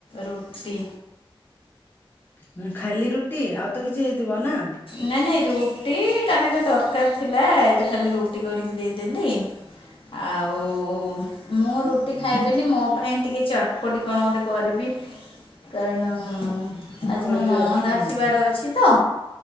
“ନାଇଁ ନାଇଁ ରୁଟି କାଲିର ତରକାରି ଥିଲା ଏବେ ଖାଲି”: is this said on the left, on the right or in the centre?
Left